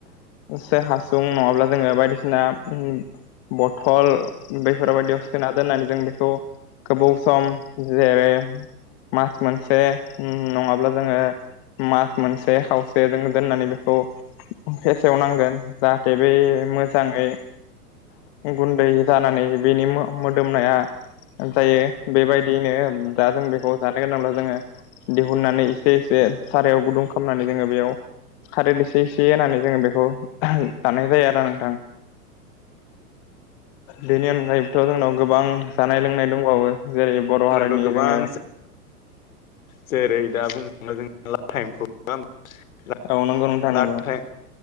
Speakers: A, on the left; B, on the left.
A: बे हासुं नङाब्ला जोङो बायदिसिना उम बथल बेफोरबायायदियाव सोना दोननानै जों बेखौ गोबाव सम जेरै मास मोनसे उम नङाब्ला जोङो मास मोनसे खावसे जोङो दोननानै बेखौ फेसेव नांगोन। जाहाथे बै मोजाङै गुन्दै जानानै बेनि मो-मोदोमनाया जायो बेबायदियैनो दा जों बेखौ जानो गोनांब्ला जोंङो दिहुननानै एसे एसे सारायाव गुदुं खालामनानै जोंङो बेयाव कारैबो एसे एसे होननानै जोंङो बेखौ दानाय जायो आरो नोंथां बेनि अनगायैबोथ' जोंनाव गोबां जानाय लोंनाय दंबावो जेरै बर'
B: जोंनाथ'
A: हारिनि
B: गोबां
A: जोङो
B: जेरै दा बुंनो <unintelligible> <unintelligible>
A: औ नंगौ नोंथां नंगौ
B: लाटा